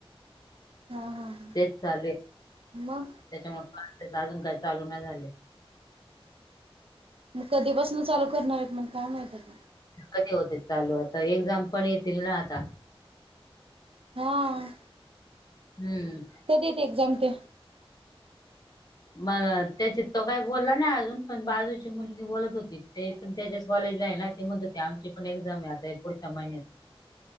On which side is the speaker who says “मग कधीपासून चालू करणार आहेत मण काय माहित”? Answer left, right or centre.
Right